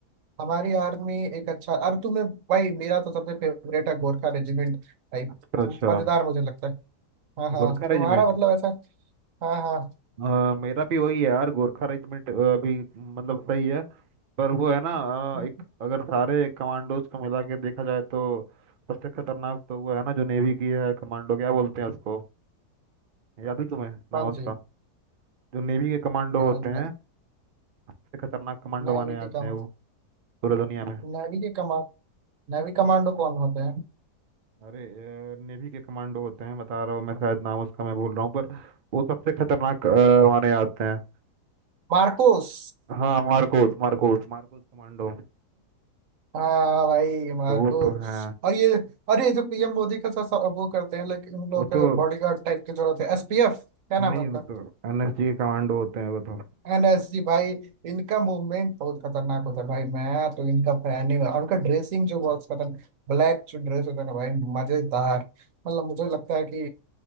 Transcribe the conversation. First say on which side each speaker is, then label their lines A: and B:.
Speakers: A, on the right (about 60°); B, on the right (about 80°).
A: हमारी आर्मी एक अच्छा अरे तुम्हें भाई मेरा तो सबसे फेवरेट है गोरखा रेजिमेंट भाई
B: अच्छा अच्छा
A: मजेदार मुझे लगता है हाँ हाँ
B: गोरखा
A: तुम्हारा
B: रेजिमेंट
A: मतलब ऐसा हाँ हाँ
B: अ, मेरा भी वही है यार गोरखा रेजिमेंट अभी मतलब सही है पर वो है ना
A: हम्म,
B: अ, एक अगर सारे कमांडोज को मिला के देखा जाए तो सबसे खतरनाक तो वो है ना जो नेवी की है कमांडो क्या बोलते हैं उसको याद है तुम्हें
A: कौन
B: नाम उसका
A: सी
B: जो नेवी के कमांडो
A: नेवी
B: होते हैं सबसे खतरनाक कमांडो
A: की
B: माने जाते
A: कमान
B: हैं वो पूरी दुनिया में
A: नेवी की कमान नेवी कमांडो कौन होते हैं
B: अरे नेवी के कमांडो होते हैं बता रहा हूँ मैं शायद नाम उसका मैं भूल रहा हूँ पर वो सबसे खतरनाक अ, माने जाते हैं
A: मार्कोस
B: हाँ मार्कोस मार्कोस मार्कोस कमांडो
A: हाँ भाई मार्कोस
B: तो वो तो है
A: और ये अरे जो पीएम मोदी का सा, सा, वो करते हैं लेकिन उन लोग
B: वो तो
A: बॉडीगार्ड टाइप के जो होते हैं एसपीएफ क्या नाम
B: नहीं वो
A: है
B: तो एनएसजी के कमांडो होते हैं वो तो
A: एनएसजी भाई इनका मूवमेंट बहुत खतरनाक होता है भाई मैं तो इनका फैन ही हूँ और इनका ड्रेसिंग जो बहुत खतरनाक ब्लैक जो ड्रेस होता है ना भाई मजेदार मतलब मुझे लगता है कि